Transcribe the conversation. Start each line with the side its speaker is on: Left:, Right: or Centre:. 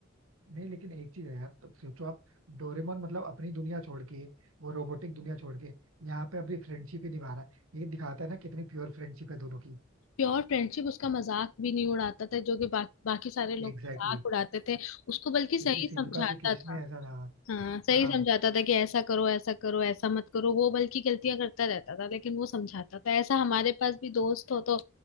Right: नहीं लेकिन एक चीज है यार अब सोचो आप डोरेमोन मतलब अपनी दुनिया छोड़ के वो रोबोटिक दुनिया छोड़ के यहाँ पे अपनी फ्रेंडशिप ही निभा रहा है ये दिखाता है ना कितनी प्योर फ्रेंडशिप है दोनों की
Left: प्योर फ्रेंडशिप उसका मजाक भी नहीं उड़ाता था जो कि बा, बाकी सारे लोग
Right: Exactly
Left: मजाक
Right: exactly.
Left: उड़ाते थे उसको बल्कि
Right: क्योंकि
Left: सही
Right: सिजुका
Left: समझाता
Right: के केस
Left: था
Right: में ऐसा था
Left: हाँ सही
Right: हाँ
Left: समझाता था कि ऐसा करो ऐसा करो ऐसा मत करो वो बल्कि गलतियां करता रहता था लेकिन वो समझाता था ऐसा हमारे पास भी दोस्त हो तो